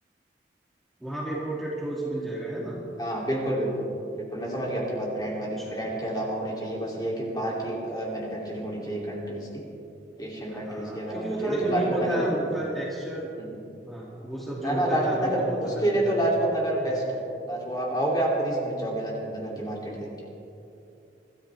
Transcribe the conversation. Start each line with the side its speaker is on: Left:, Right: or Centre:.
Centre: वहां पे इम्पोर्टेड क्लोथ्स मिल जाएगा है ना
Left: हाँ बिल्कुल बिल्कुल बिल्कुल मैं समझ गया आपकी बात ब्रांड वाली
Centre: चलो
Left: ब्रांड के अलावा होनी चाहिए बस ये है कि बाहर की मैन्युफैक्चरिंग होनी चाहिए कंट्रीज की एशियन कंट्रीज
Centre: हाँ
Left: की अगर
Centre: क्योंकि
Left: आपको
Centre: वो
Left: चाहिए
Centre: थोड़ा
Left: तो
Centre: यूनिक
Left: लाजपत
Centre: होता
Left: नगर बहुत
Centre: है
Left: बढ़िया
Centre: उनका टेक्सचर
Left: हम्म,
Centre: हाँ वो सब जो
Left: ना ना
Centre: होता
Left: लाजपत
Centre: है फैब्रिक
Left: नगर
Centre: का बहुत
Left: उसके
Centre: अलग होता
Left: लिए तो
Centre: है
Left: लाजपत नगर बेस्ट है लाज वो आप आओगे आप खुद ही समझ जाओगे लाजपत नगर की मार्केट देख के